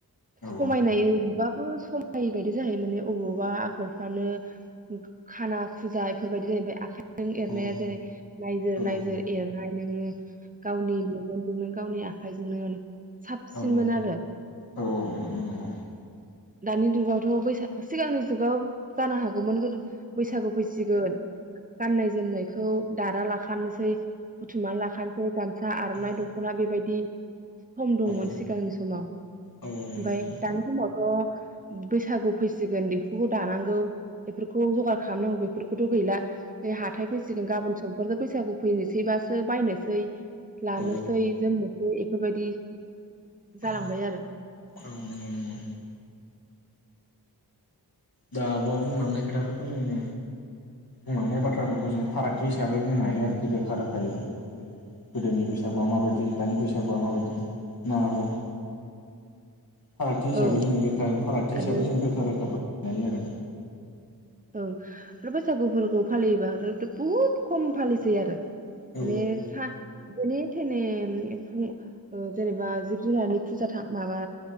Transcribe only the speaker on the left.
औ
औ
औ
औ
औ औ नंगौ नंगौ
औ
औ
नंगौ नंगौ
औ
औ
औ नंगौ नंगौ दा आब'आ बुंलांनाय खोथाफोरखौ जोङो बुंलांनाय बाथ्राफोरखौ जों फारागथि हिसाबै बुंनो हायो आरोखि रोखा रोखायै ब गोदोनि बैसागुआ माबाय दानि बैसाग बैसागुआ माबायदि <unintelligible> फारागथि हिसाबै
जों रोखा फागथि
हिसाबै जों रोखा रोखाफोर जायो आरो
औ
औ